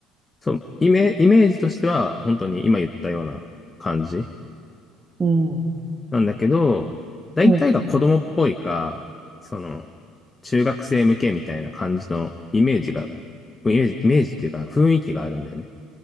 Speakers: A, on the left; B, on the right.
A: そう、イメ、イメージとしては本当に今言ったような感じ
B: うん。
A: なんだけど、大体が子供っぽいか、
B: うん。
A: その、中学生向けみたいな感じのイメージが、イメージ、イメージっていうか雰囲気があるんだよね。